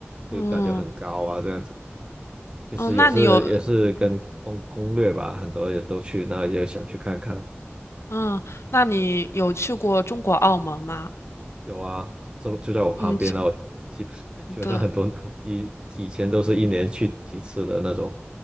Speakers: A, on the right (about 25°); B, on the left (about 90°).
A: 就感觉很高啊，
B: 嗯
A: 这样子，就是也是也是跟攻攻略吧，
B: 嗯，那你有
A: 很多人都去那也想去看看，
B: 嗯，那你有去过中国澳门吗？
A: 有啊，就就在我旁边啊，
B: 嗯，
A: 我基本 <laughs> 基本上很多以以前都是一年去几次的那种，
B: 对，